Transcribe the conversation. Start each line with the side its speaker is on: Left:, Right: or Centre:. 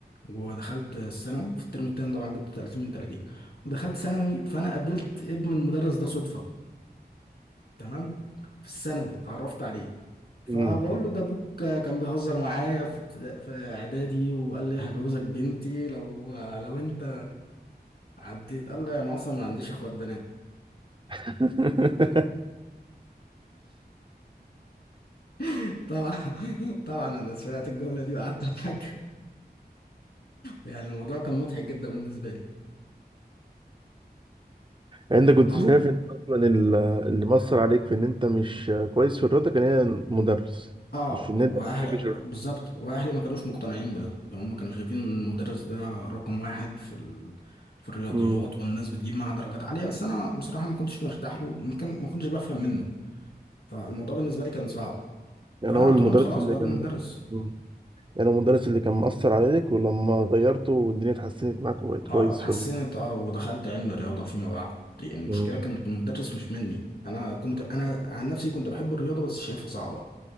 Left: ودخلت الثانوي في الترم التاني طبعا جبت 30 من 30 ودخلت ثانوي فانا قابلت ابن المدرس ده صدفة تمام في الثانوي اتعرفت عليه فبقول
Right: مم.
Left: له ده ابوك كان بيهزر معايا في ابتدا- في اعدادي وقال لي هجوزك بنتي لو لو انت عديت قال لي انا اصلا ما عنديش اخوات بنات
Right: <laughs>
Left: <laughs> طبعا طبعا انا سمعت الجمله دي وقعدت اضحك يعني الموضوع كان مضحك جدا بالنسبه لي
Right: انت كنت
Left: حصل
Right: شايف ان اصلا ال- اللي مأثر عليك في ان انت مش كويس في الرياضة كان هي المدرس
Left: اه
Right: مش ان
Left: واهل
Right: انت ما بتحبش الرياضة
Left: بالظبط واهلي ما كانوش مقتنعين بده يعني هم كانوا شايفين ان المدرس ده رقم واحد في ال... في الرياضيات
Right: مم.
Left: والناس بتجيب معاه درجات عاليه بس انا بصراحه ما كنتش مرتاح له ما كان- ما كنتش بفهم منه فالموضوع بالنسبه لي كان صعب
Right: يعني
Left: فانا
Right: هو
Left: قلت
Right: المدرس
Left: لهم خلاص
Right: اللي
Left: غيروا
Right: كان
Left: المدرس
Right: مم. يعني هو المدرس اللي كان مأثر عليك ولما غيرته والدنيا اتحسنت معاك وبقيت كويس
Left: اه اتحسنت
Right: في الرياضة
Left: اه ودخلت علم الرياضه فيما بعد يعني المشكله
Right: مم.
Left: كانت المدرس مش مني انا كنت انا عن نفسي كنت بحب الرياضه بس شايفها صعبه